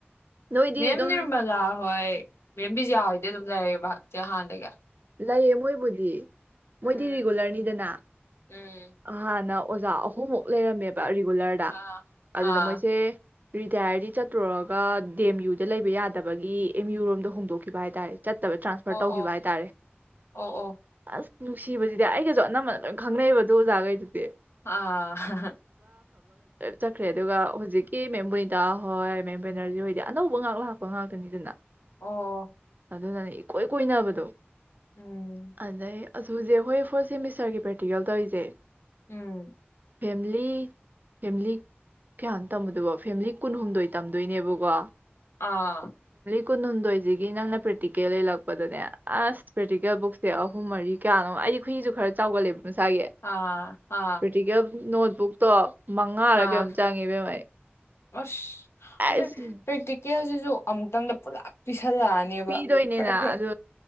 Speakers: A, on the right; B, on the left.
A: ꯅꯣꯏꯗꯤ
B: ꯃꯦꯝ
A: ꯑꯗꯨꯝ
B: ꯅꯤꯔꯃꯂꯥ ꯍꯣꯏ ꯃꯦꯝ ꯕꯤꯖꯤꯌꯥ ꯍꯣꯏꯗꯤ ꯑꯗꯨꯝ ꯂꯩꯔꯑꯦꯕ ꯆꯦ ꯍꯥꯟꯅꯗꯒꯤ
A: ꯂꯩꯌꯦ ꯃꯣꯏꯕꯨꯗꯤ ꯃꯣꯏꯗꯤ
B: ꯎꯝ
A: ꯔꯤꯒꯨꯂꯔꯅꯤꯗꯅ
B: ꯎꯝ
A: ꯍꯥꯟꯅ ꯑꯣꯖꯥ ꯑꯍꯨꯝꯃꯨꯛ ꯂꯩꯔꯝꯃꯦꯕ ꯔꯤꯒꯨꯂꯔꯗ
B: ꯑꯥ
A: ꯑꯗꯨꯗ
B: ꯑꯥ
A: ꯃꯣꯏꯁꯦ ꯔꯤꯇꯥꯌꯔꯗꯤ ꯆꯠꯇꯨꯔꯒ ꯗꯤ ꯑꯦꯝ ꯌꯨꯗ ꯂꯩꯕ ꯌꯥꯗꯕꯒꯤ ꯑꯦꯝ ꯌꯨꯨ ꯔꯣꯝꯗ ꯍꯣꯡꯗꯣꯛꯈꯤꯕ ꯍꯥꯏꯇꯥꯔꯦ ꯆꯠꯇꯕ ꯇ꯭ꯔꯥꯟꯁꯐꯔ
B: ꯑꯣ
A: ꯇꯧꯈꯤꯕ
B: ꯑꯣ
A: ꯍꯥꯏꯇꯥꯔꯦ
B: ꯑꯣ ꯑꯣ
A: ꯑꯁ ꯅꯨꯡꯁꯤꯕꯖꯤꯗꯤ ꯑꯩꯒꯁꯨ ꯑꯅꯝꯕꯅ ꯂꯣꯏꯅ ꯈꯪꯅꯩꯑꯕ ꯑꯗꯨ ꯑꯣꯖꯥꯈꯩꯗꯨꯗꯤ
B: ꯑ ꯍꯥ ꯍꯥ
A: ꯆꯠꯈꯔ꯭ꯦ ꯑꯗꯨꯒ ꯍꯧꯖꯤꯛꯀꯤ ꯃꯦꯝꯕꯨꯅꯤꯇ ꯍꯣꯏ ꯃꯦꯝ ꯕꯦꯅꯔꯖꯤ ꯑꯣꯏꯗꯤ ꯑꯅꯧꯕ ꯉꯍꯥꯛ ꯂꯥꯛꯄ ꯉꯥꯛꯇꯅꯤꯗꯅ
B: ꯑꯣ
A: ꯑꯗꯨꯅꯅꯦ ꯏꯀꯣꯏ ꯀꯣꯏꯅꯕꯗꯣ
B: ꯎꯝ
A: ꯑꯗꯩꯩ ꯑꯁ ꯍꯧꯖꯤꯛ ꯑꯩꯈꯣꯏ ꯐꯣꯔꯠ ꯁꯦꯃꯤꯁꯇꯔꯒꯤ ꯄ꯭ꯔꯦꯔꯇꯤꯀꯜ ꯇꯧꯔꯤꯁꯦ
B: ꯎꯝ
A: ꯐꯦꯝꯂꯤ ꯐꯦꯝꯂꯤ ꯀꯌꯥꯅꯣ ꯇꯝꯕꯗꯨꯕꯣ ꯐꯦꯃꯤꯂꯤ ꯀꯨꯟꯍꯨꯝꯗꯣꯏ ꯇꯝꯗꯣꯏꯅꯦꯕꯀꯣ
B: ꯑꯥ
A: ꯀꯨꯟ ꯍꯨꯝꯗꯣꯏ ꯖꯤ ꯒꯤ ꯅꯪꯅ ꯄ꯭ꯔꯦꯛꯇꯤꯀꯦꯜ ꯂꯩ ꯂꯥꯛ- ꯄꯗꯅꯦ ꯑꯁ ꯄ꯭ꯔꯦꯛꯇꯤꯀꯦꯜ ꯕꯨꯛꯁꯦ ꯑꯍꯨꯝ ꯃꯔꯤ ꯀꯌꯥꯅꯣꯝꯃ ꯑꯩꯗꯤ ꯈꯨꯨꯏꯖꯨ ꯈꯔ ꯆꯥꯎꯒꯠꯂꯦꯕ ꯃꯁꯥꯒꯤ
B: ꯑꯥ ꯑꯥ
A: ꯄ꯭ꯔꯦꯛꯇꯤꯀꯦꯜ ꯅꯣꯠ- ꯕꯨꯛꯇꯣ ꯃꯉꯥꯔ
B: ꯑꯥ
A: ꯀꯩꯅꯣꯝ ꯆꯪꯉꯤ ꯏꯕꯦꯝꯃ ꯑꯩ
B: ꯑꯁ
A: ꯑꯩꯁ
B: ꯑꯗꯨꯏ ꯄ꯭ꯔꯦꯛꯇꯤ- ꯀꯦꯜꯁꯤꯁꯨ ꯑꯃꯨꯛꯇꯪꯗ ꯄꯨꯂꯞ ꯄꯤꯁ- ꯁꯟꯂꯥꯛꯑꯅꯦꯕ
A: ꯄꯤꯗꯣꯏꯅꯤꯅ
B: ꯈꯔꯥ ꯈꯔꯥ
A: ꯑꯗꯨ